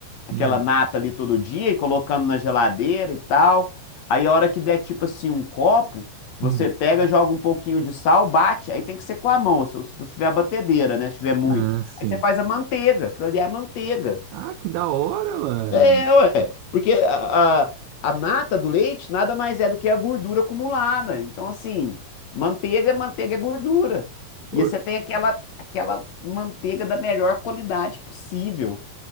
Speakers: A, on the left; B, on the right.
A: aquela
B: Hum,
A: nata ali todo dia e colocando na geladeira e tal. Aí a hora que der tipo assim um copo, você
B: hum.
A: pega, joga um pouquinho de sal, bate. Aí tem que ser com a mão, se se você tiver a batedeira, né? Se tiver muito.
B: Ah, sim.
A: Aí você faz a manteiga, aquilo ali é a manteiga.
B: Ah, que da hora, mano.
A: É, é, ué, porque a, a, a mata do leite nada mais é do que a gordura acumulada. Então, assim, manteiga, manteiga é gordura.
B: Pô,
A: E você tem aquela, aquela manteiga da melhor qualidade possível.